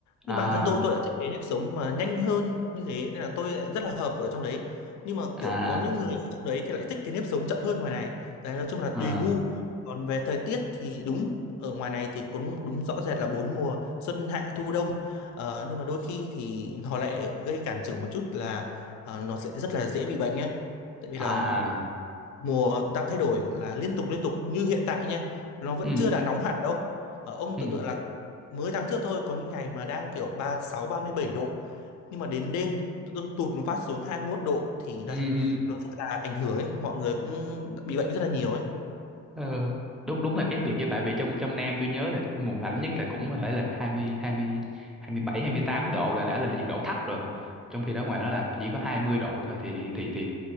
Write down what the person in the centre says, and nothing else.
à
à
à
à
à
ừ
ừ
ừ ừ.
Ờ, đúng đúng là khác biệt như tại vì trong trong Nam tôi nhớ là mùa lạnh nhất là cũng có thể là hai hai hai mươi mươi mươi bảy hai mươi tám độ là đã là nhiệt độ thấp rồi trong khi đó ngoài đó là chỉ có 20 độ thôi thì thì thì